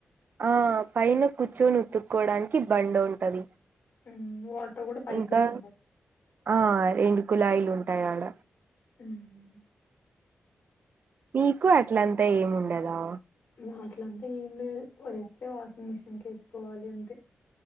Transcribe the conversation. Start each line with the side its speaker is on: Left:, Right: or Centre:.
Right: ఆ పైన కూర్చొని ఉత్తుక్కోవడానికి బండ ఉంటది.
Left: హ్మ్ వాటర్ కూడా పైకే
Right: ఇంకా
Left: ఉంటాయి.
Right: ఆ రెండు కులాయిలు ఉంటాయ్ ఆడ
Left: హ్మ్
Right: మీకు అట్లంతా ఏమి ఉండదా.
Left: హా అట్లంతా ఏం లేదు. వేస్తే వాషింగ్ మిషిన్ కేసుకోవాలి అంతే.